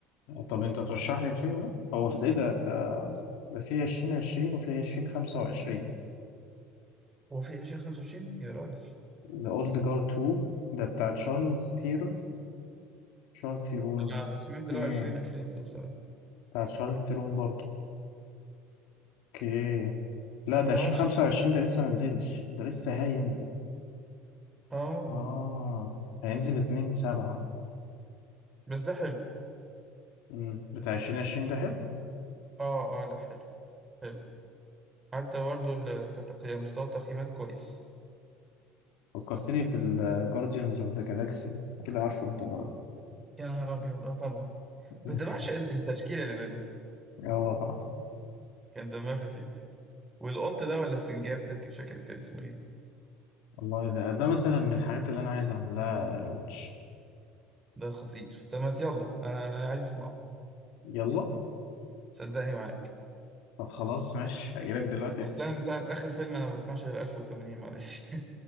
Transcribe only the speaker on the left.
طب انت ترشح لي الفيلم ده هو في ايه ده ده ده في 2020 وفي 2025
ذا اولد جارد 2 ده بتاع تشارلز تيرون تشارلز تيرون
اوكي
بتاع شارلز تيرون برضه اوكي لا
ده
2025
ده لسه ما نزلش ده لسه هينزل
اه هينزل 2 7
امم بتاع 2020 ده حلو
فكرتني بالجارديانز اوف ذا جالاكسي كده عارفه انت ولا
لا
<laughs> اه
والله ده, ده مثلا من الحاجات اللي انا عايز اعمل لها ريواتش
يلا
طب خلاص ماشي هجيلك دلوقتي